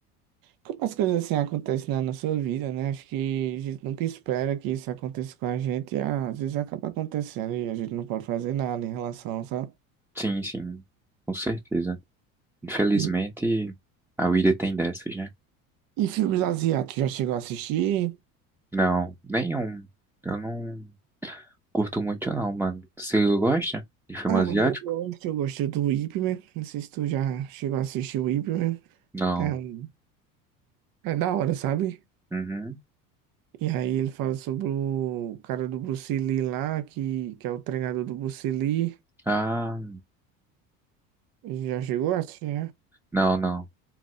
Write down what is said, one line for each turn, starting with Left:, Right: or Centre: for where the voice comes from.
Right: como as coisas assim acontecem na nossa vida, né? Acho que a gente nunca espera que isso aconteça com a gente. E, ah, às vezes acaba acontecendo e a gente não pode fazer nada em relação, sabe?
Centre: sim, sim, com certeza. Infelizmente,
Right: E,
Centre: a vida tem dessas, né?
Right: e filmes asiáticos, já chegou a assistir?
Centre: Não, nenhum. Eu não curto muito, não, mano. Você gosta de filme
Right: Ah,
Centre: asiático?
Right: mano, eu gosto, eu gosto do Ip Man. Não sei se tu já chegou a assistir o Ip Man.
Centre: Não.
Right: É, um, é da hora, sabe?
Centre: Uhum.
Right: E aí ele fala sobre o cara do Bruce Lee lá, que, que é o treinador do Bruce Lee.
Centre: Ah,
Right: Já chegou assim, né?
Centre: Não, não.